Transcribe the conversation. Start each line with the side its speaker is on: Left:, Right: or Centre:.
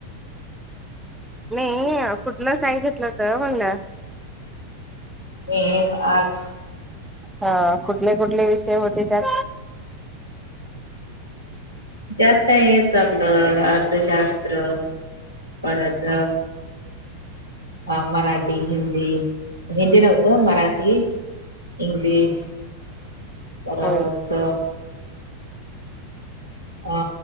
Centre: नाही कुठल साइड घितलं होत म्हणलं
Left: मी आर्स
Centre: हा कुठले कुठले विषय होते त्यात
Left: त्यात काय हेच आपलं अर्थशास्त्र परत अ मराठी हिंदी हिंदी नव्हतो मराठी इंग्लिश परत
Centre: होय
Left: अ